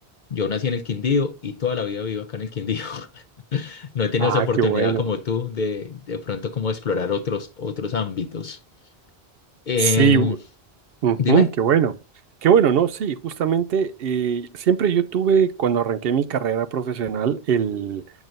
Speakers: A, on the left; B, on the right.
A: Yo nací en el Quindío y toda la vida vivo acá en el Quindío. <laughs> No he tenido
B: Ah,
A: esa oportunidad
B: qué bueno.
A: como tú de de pronto como explorar otros, otros ámbitos. Eh,
B: Sí, u- ujú,
A: dime.
B: qué bueno. Qué bueno, ¿no? Sí, justamente eh, siempre yo tuve, cuando arranqué mi carrera profesional, el,